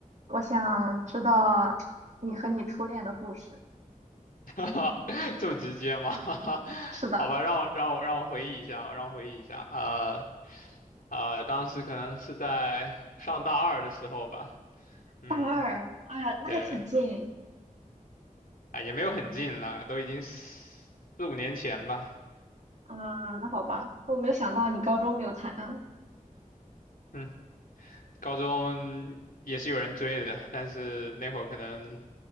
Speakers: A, on the right (about 55°); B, on the left (about 85°).
A: 我想知道你和你初恋的故事。
B: <laughs> 哈哈，<laughs> 这么直接吗？<laughs>
A: 是的，
B: 好吧，让我让我让我回忆一下，让我回忆一下。呃呃，当时可能是在上大二的时候吧。嗯，
A: 大二，哎呀，那还挺近。
B: 对，哎，也没有很近了，都已经四四五年前吧。
A: 嗯，那好吧，我没有想到你高中没有谈啊。
B: 嗯，高中也是有人追的，但是那会儿可能